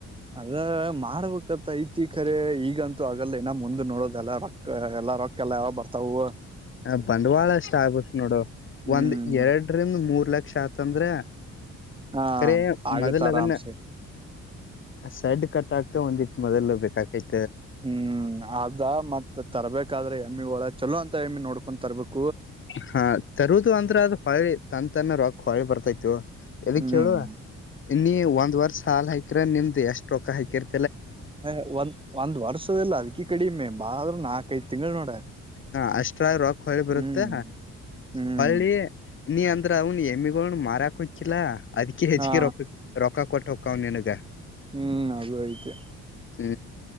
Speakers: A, on the right; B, on the left.
A: ಅದ ಮಾಡ್ಬೇಕಂತ ಐತಿ ಖರೆ ಈಗಂತ ಇ ಆಗಲ್ಲ ನ ಮುಂದ ನೋಡೋದೆಲ್ಲಾ ರೊಕ್ಕ ಎಲ್ಲ ರೊಕ್ಕ ಎಲ್ಲ ಯಾವ ಬರ್ತಾವೂವು
B: ಹ ಬಂಡವಾಳ ಅಷ್ಟ ಆಗುತ್ತ ನೋಡು
A: ಹ್ಮ್
B: ಒಂದ್ ಎರಡರಿಂದ ಮೂರ್ ಕ್ಷ ಅತಂದ್ರೆ
A: ಹ
B: ಕರೆ
A: ಆಗತ್ತ
B: ಮೊದಲು
A: ಆರಾಮ್ಸೆ
B: ಅದನ್ನ ಸೈಡ್ ಕಟ್ ಆಕ್ ಒಂದಿ ಮೊದಲು ಬೇಕೈತ್ತು.
A: ಹ್ಮ್ ಅದ ಮತ್ತ್ ತರ್ಬೇಕಾದ್ರೆ ಎಮ್ಮಿ ಒಳ. ಚಲೋ ಅಂತ ಹೆಮ ನೋಡ್ಕೊಂಡು ತರಬೇಕು
B: ಹಾ ತರುದು ಅಂದ್ರ ಅದ ಹೊಳಿ ತನ್ ತನ್ನ ರೊಕ್. ಕೊಳಿ ಬರ್ತಾ ಇತತ್ತು. ಎದಕ್
A: ಹ್ಮ್
B: ಕೇಳುವ ಇನ್ನ ಒಂದ್ ವರ್ಷ ಹಲ್ ಹಯಕ್ರ ನಿಮ್ದ್ ಎಷ್ಟ. ರೊಕ್ಕ ಹಾಕಿರಿ
A: ಹ ಒಂದ್ ಒಂದ್ ವರ್ಷದಲ್ಲ ಅದಕಿ ಕಡಿಮೆ ಬಾಳ್ರ ನಾಕಐದ್ ತಿಂಗಳು ನೋಡ.
B: ಹ ಅಷ್ಟ್ರಾ ರಾಕ್. ಹೊಳಿ ಬರುತ್ತೆ
A: ಹ್ಮ್ ಹ್ಮ್
B: ಹೊಳಿ ನೀ ಅಂದ್ರ ಅವನು ಹೆಮಿಗ. <unintelligible> ಅದ್ಕೀ ಹೆಚ್ಚಿಗೆ
A: ಹಾ
B: ರೊಕ್ಕ ರೊಕ್ಕ ಕೊಟ್ಟ. <unintelligible>
A: ಹ್ಮ್ ಅದು ಆಯ್ತು.
B: ಹ.